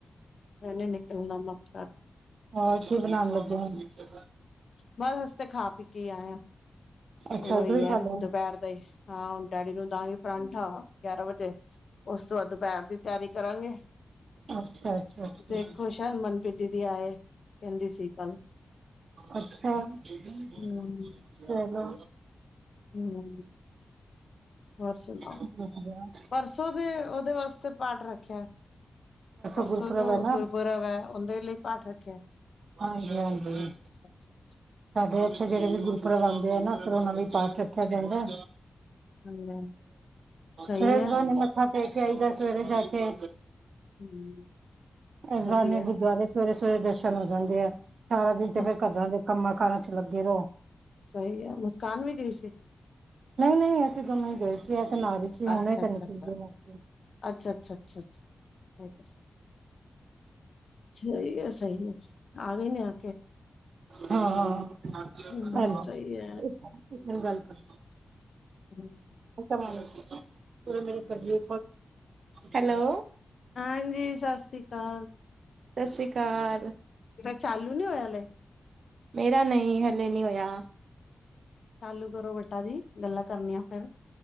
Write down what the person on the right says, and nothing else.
ਹੋਰ ਕੀ ਬਣਾਦੇ ਪਏ ਓ।
ਅੱਛਾ
ਉਧਰੋਂ
ਖਾ
ਲਿਆ
ਅੱਛਾ-ਅੱਛਾ, ਅੱਛਾ। ਅੱਛਾ
ਅੱਛਾ, ਚਲੋ।
ਵਧੀਆ
ਗੁਰਪੁਰਬ
ਹੈ ਨਾ
ਹਾਂਜੀ-ਹਾਂਜੀ।
ਸਾਡੇ ਇੱਥੇ ਜਿਹੜੇ ਵੀ ਗੁਰਪੂਰਬ ਆਂਦੇ ਆ ਨਾ ਫਿਰ ਉਹਨਾ ਲਈ ਪਾਠ ਰੱਖਿਆ ਜਾਂਦਾ ਐ।
ਫਿਰ
ਇਸ ਬਹਾਨੇ ਮੱਥਾ ਟੇਕ ਆਈਦਾ ਸਵੇਰੇ ਜਾ ਕੇ।
ਇਸ
ਬਹਾਨੇ ਗੁਰਦੁਆਰੇ ਸਵੇਰੇ-ਸਵੇਰੇ ਦਰਸ਼ਨ ਹੋ ਜਾਂਦੇ ਆ। ਸਾਰਾ ਦਿਨ ਤੇ
ਫੇਰ ਘਰਾਂ ਕੰਮਾਂ ਕਾਰਾਂ 'ਚ' ਲੱਗੇ ਰਹੋ।
ਨਹੀਂ-ਨਹੀਂ ਅਸੀਂ ਦੋਨੋਂ ਹੀ ਗਏ ਸੀ ਐਥੇ ਨਾਲ ਹੀ ਸੀ ਹੁਣੇ
ਤਾਂ
ਨਿਕਲ ਗਏ
ਹਾਂ, ਆ ਹਾਜੀ।
ਇਹਨੂੰ ਗੱਲ ਕਰੋ।
<unintelligible> ਨ ਮੇ ਕਰਦੀ, ਹੈਲੋ।
ਸਸੀ ਕਾਲ।
ਮੇਰਾ ਨਹੀਂ ਹਲੇ ਨਹੀ ਹੋਇਆ।